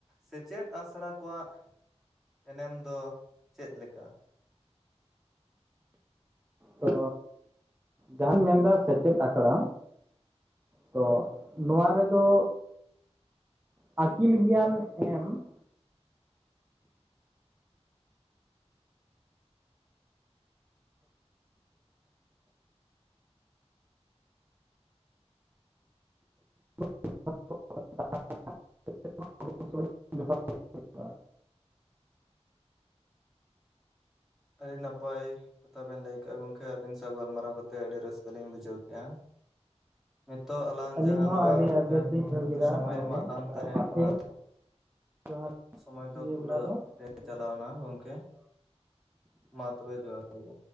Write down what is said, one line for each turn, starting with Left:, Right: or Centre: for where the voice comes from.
Centre: ᱥᱮᱪᱮᱫ ᱟᱥᱲᱟ ᱠᱚᱣᱟᱜ ᱮᱱᱮᱢ ᱫᱚ ᱪᱮᱫᱞᱮᱠᱟ?
Right: ᱛᱚ ᱡᱟᱦᱟᱢ ᱢᱮᱱᱫᱟ ᱥᱮᱪᱮᱫ ᱟᱠᱷᱲᱟ ᱛᱚᱜ ᱱᱚᱣᱟ ᱨᱮᱫᱚ ᱟᱠᱤᱞ ᱜᱮᱭᱟᱱ ᱮᱢ <unintelligible> <unintelligible>
Centre: ᱟᱹᱰᱤ ᱱᱟᱯᱟᱭ ᱠᱟᱛᱷᱟ ᱵᱮᱱ ᱞᱟᱹᱭ ᱠᱮᱜᱼᱟ ᱜᱚᱝᱠᱮ ᱟᱹᱵᱤᱱ ᱥᱟᱶ ᱜᱟᱞᱢᱟᱨᱟᱣ ᱠᱟᱛᱮᱫ ᱟᱹᱰᱤ ᱨᱟᱹᱥᱠᱟᱹ ᱞᱤᱧ ᱵᱩᱡᱷᱟᱹᱣ ᱠᱮᱜᱼᱟ᱾ ᱱᱤᱛᱚᱜ ᱟᱞᱟᱝ
Right: ᱟᱹᱞᱤᱧ
Centre: ᱡᱟᱦᱟᱸ
Right: ᱦᱚᱸ
Centre: ᱱᱚᱣᱟ
Right: ᱟᱹᱰᱤ ᱵᱮᱥ
Centre: ᱮᱯ
Right: ᱞᱤᱧ ᱵᱩᱡᱷᱟᱹᱣ ᱠᱮᱫᱟ
Centre: ᱥᱚᱢᱚᱭ
Right: ᱜᱚᱝᱠᱮ
Centre: ᱮᱢᱟᱜ ᱞᱟᱝ ᱛᱟᱦᱮᱸᱱ ᱚᱱᱟ
Right: ᱴᱷᱤᱠ
Centre: ᱫᱚ
Right: ᱡᱚᱦᱟᱨ
Centre: ᱥᱚᱢᱚᱭ ᱫᱚ
Right: ᱱᱤᱭᱟᱹ
Centre: ᱠᱩᱞᱟᱹᱜ
Right: ᱵᱮᱲᱟ ᱫᱚ
Centre: ᱛᱮ
Right: ᱤᱱᱠᱟᱹ
Centre: ᱪᱟᱞᱟᱣ
Right: ᱜᱮ᱾
Centre: ᱮᱱᱟ ᱜᱚᱝᱠᱮ᱾ ᱢᱟ ᱛᱚᱵᱮ ᱡᱚᱦᱟᱨ ᱜᱮ᱾